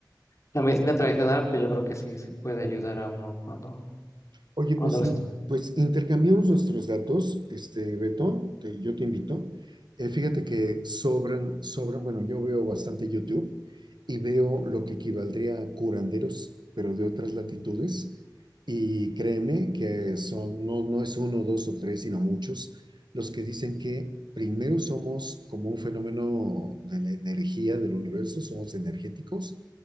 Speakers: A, on the left; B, on the right.
A: la medicina tradicional, pues yo creo que sí, sí puede ayudar a uno cuando,
B: Oye,
A: cuando
B: pues sí,
A: a veces,
B: pues intercambiamos nuestros datos, este, Beto, te- yo te invito. Eh, fíjate que sobran, sobran, bueno, yo veo bastante YouTube y veo lo que equivaldría a curanderos, pero de otras latitudes. Y créeme que son, no, no es uno, dos o tres, sino muchos, los que dicen que primero somos como un fenómeno de la energía del universo, somos energéticos,